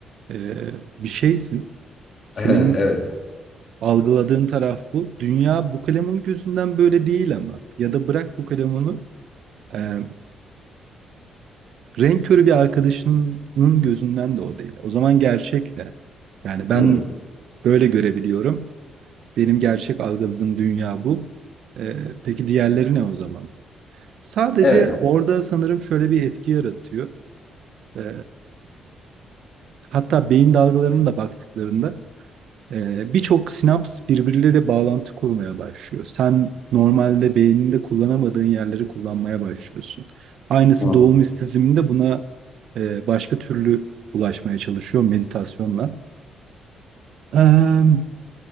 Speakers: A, on the right (about 70°); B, on the left (about 50°).
A: e, bir şeysin. Senin
B: <laughs> Evet.
A: Algıladığın taraf bu. Dünya bu kalemun gözünden böyle değil ama. Ya da bırak bu kalemunu e, renk körü bir arkadaşının gözünden de o değil. O zaman gerçekle. Yani ben
B: Hmm.
A: böyle görebiliyorum. Benim gerçek algıladığım dünya bu. E, peki diğerleri ne o zaman? Sadece
B: Evet.
A: orada sanırım şöyle bir etki yaratıyor. E, hatta beyin dalgalarına da baktıklarında Ee, birçok sinaps birbirleriyle bağlantı kurmaya başlıyor. Sen normalde beyninde kullanamadığın yerleri kullanmaya başlıyorsun. Aynısı
B: Hmm.
A: doğum istizminde buna e, başka türlü ulaşmaya çalışıyor meditasyonla. Ee,